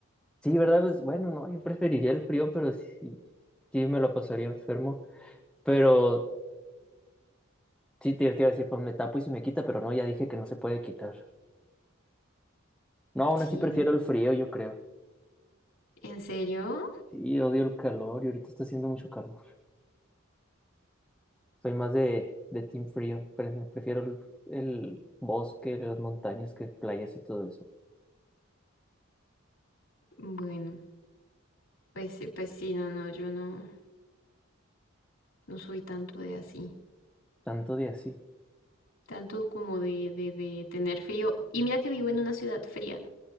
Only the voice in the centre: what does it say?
sí, ¿verdad? Pues bueno, no, yo preferiría el frío, pero sí, sí me lo pasaría enfermo. Pero sí, te, te iba a decir, pues me tapo y se me quita, pero no, ya dije que no se puede quitar. No, aún
así prefiero
el frío, yo creo.
Sí, odio el calor y ahorita está haciendo mucho calor. Soy más de, de team frío, pero prefiero el, el bosque, las montañas que playas y todo eso.
Tanto de así.